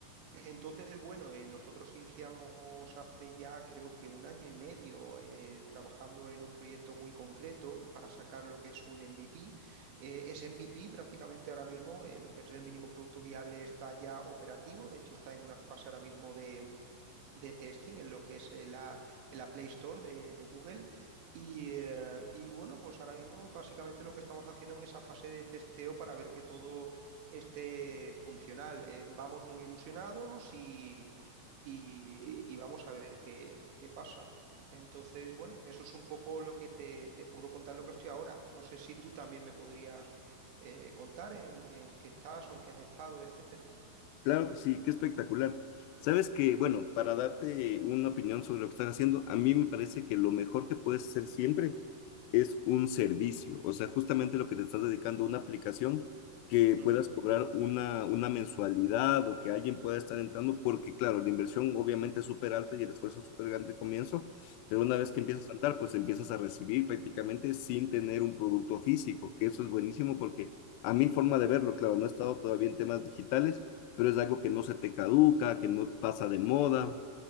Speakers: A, on the right; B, on the left.
A: Entonces, bueno, eh, nosotros iniciamos hace ya creo que un año y medio eh, trabajando en un proyecto muy concreto para sacar lo que es un MVP. Eh, es MVP prácticamente ahora mismo, eh, lo que es el mínimo producto viable está ya operativo, de hecho está en una fase ahora mismo de de testing en lo que es eh, la, en la Play Store de, de Google. Y, eh, y bueno, pues ahora mismo básicamente lo que estamos haciendo en esa fase de testeo para ver que todo esté funcional. Eh, vamos muy ilusionados y, y- y vamos a ver qué, qué pasa. Entonces, bueno, eso es un poco lo que te, te puedo contar lo que estoy ahora. No sé si tú también me podrías eh, contar en, en qué estás o en qué has estado, etcétera.
B: Claro que sí, qué espectacular. Sabes que, bueno, para darte una opinión sobre lo que estás haciendo, a mí me parece que lo mejor que puedes hacer siempre es un servicio, o sea, justamente lo que te estás dedicando a una aplicación que
A: Ujú,
B: puedas cobrar una, una mensualidad o que alguien pueda estar entrando, porque claro, la inversión obviamente es súper alta y el esfuerzo es súper grande al comienzo, pero una vez que empiezas a andar, pues empiezas a recibir prácticamente sin tener un producto físico, que eso es buenísimo porque a mi forma de verlo, claro, no he estado todavía en temas digitales pero es algo que no se te caduca, que no pasa de moda,